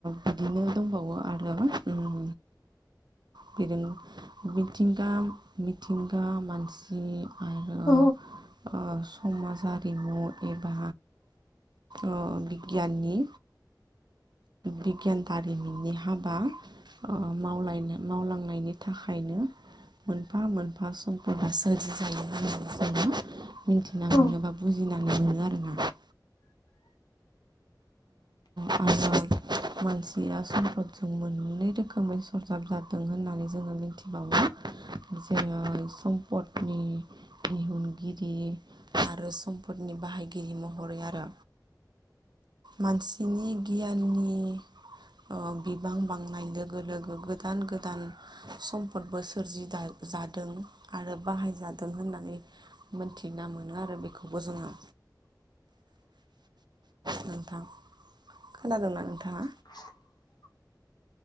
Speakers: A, on the right (about 75°); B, on the left (about 70°).
A: बिदिनो दंबावो आरो उम बिदिनो मिथिंगा मिथिंगा मानसि आरो
B: औ
A: ओ समाज आरारिमु एबा ओ बिगियाननि बिगियान दारिमिननि हाबा ओ मावलायनाय मावलांनायनि थाखायनो मोनफा मोनफा सम्फदा सोरजि जायो <unintelligible> मिथिना मोनो
B: औ
A: बा बुजिनानै मोनो आरो ना आ <unintelligible> मानसिया सम्पदजों मोननै रोखोमै सरजाब जादों होननानै जोङो मिथिबावो जोङो सम्पदनि दिहुनगिरि आरो सम्पदनि बाहायगिरि महरै आरो मानसिनि गियाननि ओ बिबां बांनाय लोगो लोगो गोदान गोदान सम्फदबो सोरजि जादों आरो बाहायजादों होननानै मोनथिना मोनो आरो बेखौबो जोङो नोंथां खोनादोंना नोंथाङा?
B: <inaudible>